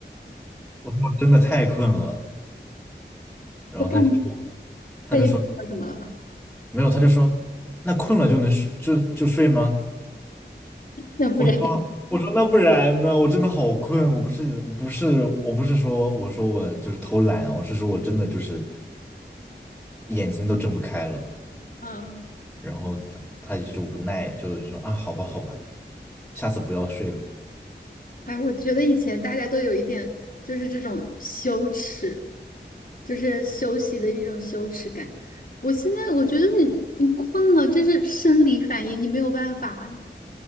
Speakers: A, in the centre; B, on the left (about 55°).
A: 我说我真的太困了。”然后他就说：
B: 我感觉
A: “他就说
B: 他也没说什么了吧？
A: 没有，他就说那困了就能睡就就睡吗？”
B: 那不然
A: 我说我说那不然呢？我真的好困，我不是我不是我不是说我说我就是偷懒，我是说我真的就是眼睛都睁不开了。
B: <laughs>，啊，
A: 然后他他就无奈，就是说啊，好吧好吧，下次不要睡了。
B: 哎，我觉得以前大家都有一点就是这种羞耻，就是休息的一种羞耻感。我现在我觉得你你困了，这是生理反应，你没有办法。